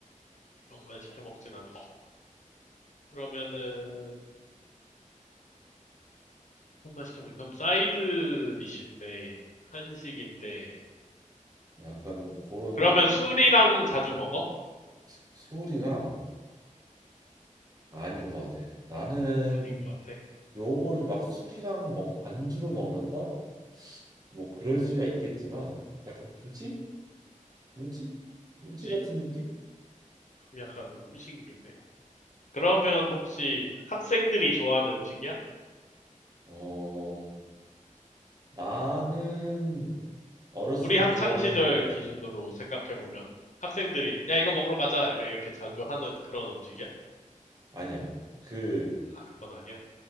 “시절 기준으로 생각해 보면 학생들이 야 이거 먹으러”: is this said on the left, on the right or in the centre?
Left